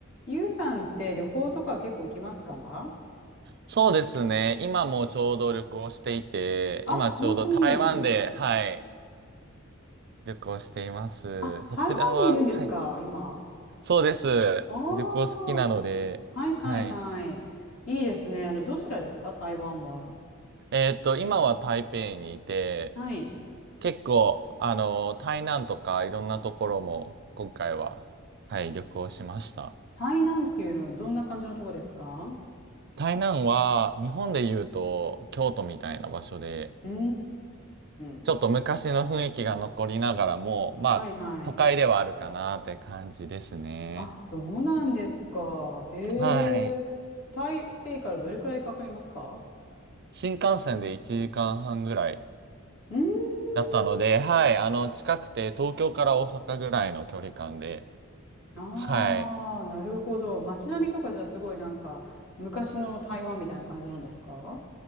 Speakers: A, on the left (about 85°); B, on the right (about 50°).
A: ゆうさんって旅行とか結構行きますか
B: そうですね。今もちょうど旅行していて、
A: あ、
B: 今ちょうど台湾で、
A: 本当に。
B: はい、旅行しています。
A: あ、
B: そちらは、
A: 台湾にいるんですか、
B: はい、
A: 今。
B: そうです。
A: ああ、
B: 旅行好きなので、
A: はいはいは
B: はい。
A: い。いいですね。あの、どちらですか、台湾は。
B: えーっと、今は台北にいて、
A: はい。
B: 結構、あの、台南とかいろんなところも今回は、はい、旅行しました。
A: 台南っていうのはどんな感じのとこですか
B: 台南は日本で言うと京都みたいな場所で、
A: うーん。
B: ちょっと昔の雰囲気が残りながらも、まあ、
A: はいはい。
B: 都会ではあるかなって感じですね。
A: あ、そうなんですか。へえ。
B: はい。
A: 台北からどれくらいかかりますか
B: 新幹線で1時間半ぐらい
A: うーん。
B: だったので、はい。あの、近くて東京から大阪ぐらいの距離感で、
A: ああ、
B: はい。
A: なるほど。街並みとかじゃあすごいなんか昔の台湾みたいな感じなんですか